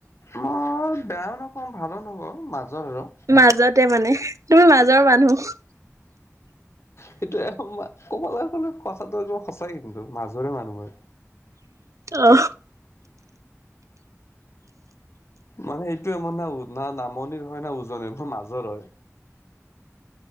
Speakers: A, on the left (about 55°); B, on the right (about 75°).
A: মই বেয়াও নকওঁ ভালো নকওঁ মাজৰ আৰু।
B: মাজতে মানে তুমি মাজৰ মানুহ।
A: সেইটোয়ে। ক'বলৈ গ'লে কথাটো একদম সঁচাইে কিন্তু মাজৰে মানুহ মই।
B: অ।
A: মানে সেইটো মোৰ না না নামনিৰ হয় না উজনিৰ ম মাজৰ হয়।